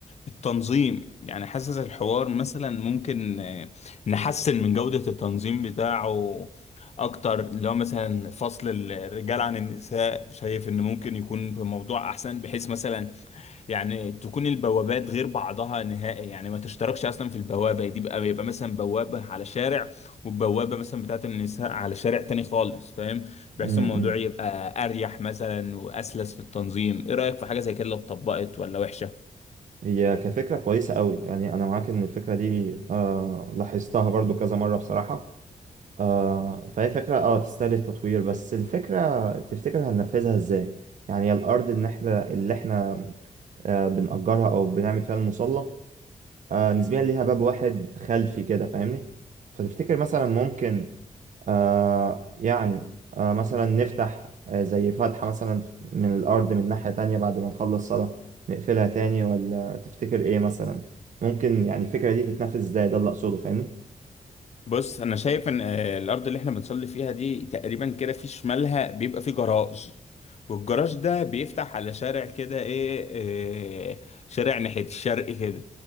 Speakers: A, on the left; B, on the right.
A: التنظيم يعني حاسس الحوار مثلا ممكن آه، نحسن من جودة التنظيم بتاعه أكتر لو مثلا فصل الرجال عن النساء شايف إن ممكن يكون بموضوع أحسن بحيث مثلا يعني تكون البوابات غير بعضها نهائي يعني ما تشتركش اصلا في البوابه دي بقى يبقى مثلا بوابه على شارع وبوابه مثلا بتاعت النساء على شارع تاني خالص فاهم بحيث
B: م- م.
A: الموضوع يبقى اريح مثلا واسلس في التنظيم ايه رايك في حاجه زي كده لو اتطبقت ولا وحشه
B: هي كفكرة كويسة قوي يعني أنا معاك إن الفكرة دي آه لاحظتها برضو كذا مرة بصراحة آه فهي فكرة اه تستاهل التطوير بس الفكرة تفتكر هننفذها إزاي؟ يعني الأرض إن إحنا اللي إحنا آه بنأجرها أو بنعمل فيها المصلى آه نسبيا ليها باب واحد خلفي كده فاهمني؟ فتفتكر مثلا ممكن آه يعني آه مثلا نفتح آه زي فتحة مثلا ف- من الأرض من ناحية تانية بعد ما نخلص صلاة نقفلها تاني ولا تفتكر إيه مثلا ممكن يعني الفكرة دي تتنفذ إزاي ده اللي أقصده فاهمني؟
A: بص انا شايف ان آه، الارض اللي احنا بنصلي فيها دي تقريبا كده في شمالها بيبقى فيه جراج والجراج ده بيفتح على شارع كده ايه آه، شارع ناحية الشرق كده